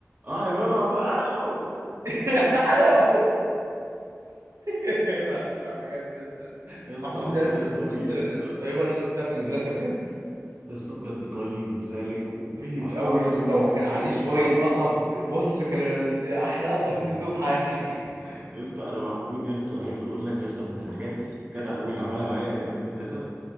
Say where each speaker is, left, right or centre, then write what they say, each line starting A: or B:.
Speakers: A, on the right; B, on the right.
A: اه الولا محمود الو
B: <laughs> الو يا نهار اسود بجد يسا
A: يا اسطى
B: محمود
A: محمود
B: ده يسا
A: الطويل
B: من اكثر
A: يا
B: الناس
A: اسطى
B: الطيبه اللي انا شفتها في المدرسه بجد
A: يا اسطى بجد طيب وسالك و-
B: طيب
A: ومحترم
B: قوي يسا
A: قوي
B: وكان
A: قوي
B: عليه
A: قوي
B: شويه
A: بصراحه
B: قصب بص كان احلى قصب
A: <laughs>
B: ممكن تدوه في حياتك
A: يا اسطى انا محمود يا اسطى أنا عايز اقول لك يا اسطى من الحاجات الجدع قوي اللي عملها معايا ايام المدرسه